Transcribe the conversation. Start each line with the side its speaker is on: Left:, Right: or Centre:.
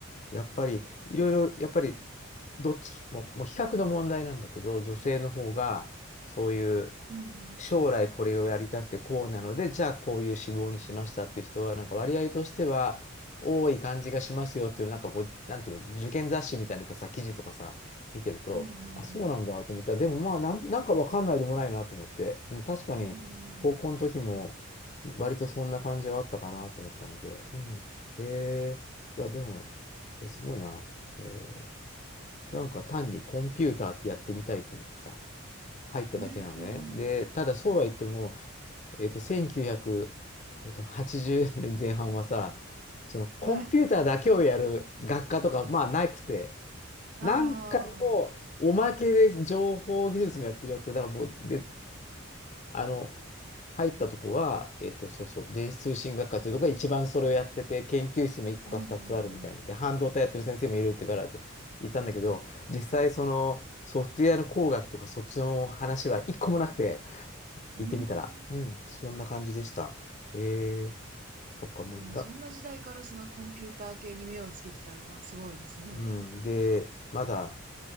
Left: やっぱり、いろいろ、やっぱり、どっちも、もう比較の問題なんだけど、女性の方が、そういう、
Right: うんうん。
Left: 将来これをやりたくてこうなので、じゃあこういう志望にしましたっていう人は、なんか割合としては多い感じがしますよっていう、なんかこう、なんていうの、受験雑誌みたいなのかさ、記事とかさ、見てると、
Right: うんうんうん。
Left: あ、そうなんだと思ったら、でもまあなん、なんかわかんないでもないなと思って、うん確かに高校の時も
Right: うん
Left: 割とそんな感じはあったかなと思ったので、うん。えー、いや、でも、え、すごいな。えープランクは単にコンピューターってやってみたいと思ってさ、入っただけなのね。
Right: うん
Left: で、
Right: うん。
Left: ただそうは言っても、えっと、1980年前半はさ、そのコンピューターだけをやる学科とか、
Right: はい。
Left: まあ、なくて、
Right: ああ。
Left: なんかのおまけで情報技術もやってるよって、だからもう、で、あの、入ったとこは、えっと、そうそう、電子通信学科っていうところが一番それをやってて、研究室も1個か2つあるみたいなんで、
Right: うんうん
Left: 半導体やってる先生もいるってからって言ったんだけど、実際そのソフトウェアの工学とかそっちの話は1個もなくて、行ってみたら、
Right: うん。うーん。
Left: うん、そんな感じでした。えー、そっか、もういいが、
Right: あ、でもそんな時代からそのコンピューター系に目をつけてたのはすごいですね。
Left: うん、で、まだ